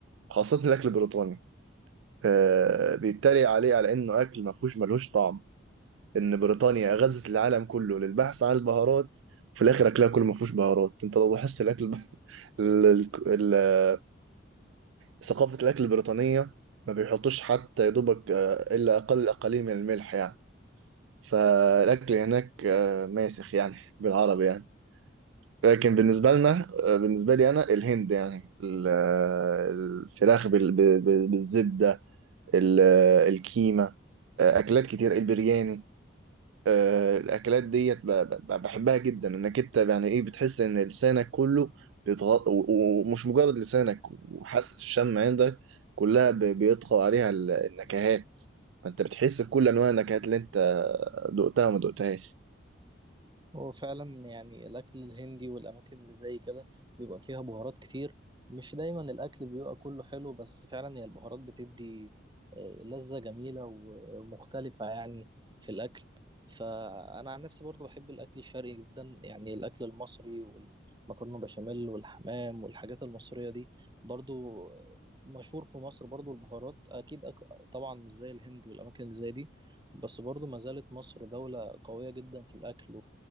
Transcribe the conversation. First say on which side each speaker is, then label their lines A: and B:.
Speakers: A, on the right; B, on the right.
A: خاصة الاكل البريطاني آه، بيتريق عليه على انه اكل ما فيهوش ملهوش طعم ان بريطانيا غزت العالم كله للبحث عن البهارات في الاخر اكلها كله ما فيهوش بهارات انت لو لاحظت الاكل الب- ال- ال- ال- ثقافة الاكل البريطانية ما بيحطوش حتى يا دوبك آه، الا اقل قليل من الملح يعني فالاكل هناك آه، ماسخ يعني بالعربي يعني لكن بالنسبه لنا آه، بالنسبه لي انا الهند يعني ال- آه، الفراخ بال- ب- ب- بالزبده ال- آه، الكيمه آه، اكلات كتير البرياني آه، الاكلات ديت ب- ب- بحبها جدا انك انت يعني ايه بتحس ان لسانك كله بيتغط... و- و- ومش مجرد لسانك وحاسه الشم عندك كلها ب- بيطغى عليها ال- النكهات فانت بتحس بكل انواع النكهات اللي انت دقتها وما دقتهاش
B: هو فعلا يعني الأكل الهندي والأماكن اللي زي كده بيبقى فيها بهارات كتير مش دايما الأكل بيبقى كله حلو بس فعلا هي البهارات بتدي آه، لذة جميلة ومختلفة يعني في الأكل فأنا عن نفسي برضو بحب الأكل الشرقي جدا يعني الأكل المصري والمكرونة بشاميل والحمام والحاجات المصرية دي برضو آه، مشهور في مصر برضو البهارات أكيد أك... طبعا مش زي الهند والأماكن اللي زي دي بس برضو ما زالت مصر دولة قوية جدا في الأكل